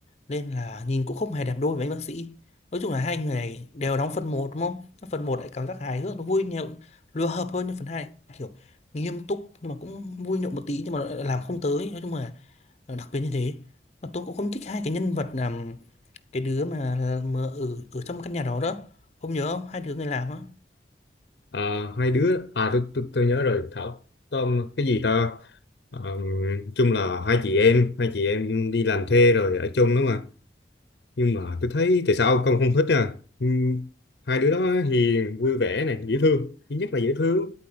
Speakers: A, on the left (about 40°); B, on the left (about 65°).
A: nên là nhìn cũng không hề đẹp đôi với anh bác sĩ nói chung là hai người này đều đóng phần một đúng không phần một lại cảm giác hài hước nó vui nhộn lừa hợp hơn nhưng phần 2 kiểu nghiêm túc nhưng mà cũng vui nhộn một tí nhưng mà lại làm không tới nói chung là ờ, đặc biệt như thế mà tôi cũng không thích hai cái nhân vật là cái đứa mà, mà ở ở trong căn nhà đó đó không nhớ không hai đứa người làm á
B: Ờ, hai đứa à tôi, tôi tôi nhớ rồi Thảo Tom cái gì ta Ờ, chung là hai chị em hai chị em đi làm thuê rồi ở chung đúng không ạ? nhưng mà tôi thấy tại sao ông không thích à Ừm, hai đứa đó hiền vui vẻ này dễ thương thứ nhất là dễ thương